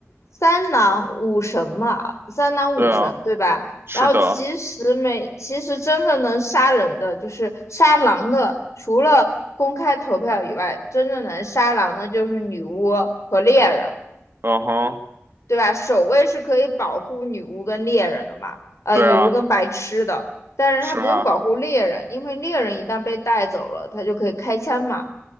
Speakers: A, on the left; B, on the right.
A: 三郎五神嘛，三郎五神对吧？
B: 对啊，是的，
A: 然后其实每其实真正能杀人的，就是杀狼的，除了公开投票以外，真正能杀狼的就是女巫和猎人，
B: 嗯哼，
A: 对吧？守卫是可以保护女巫跟猎人的嘛，呃，
B: 对啊，
A: 女巫跟白痴的，但是他不用保护猎人，
B: 是啊，
A: 因为猎人一旦被带走了，他就可以开枪嘛。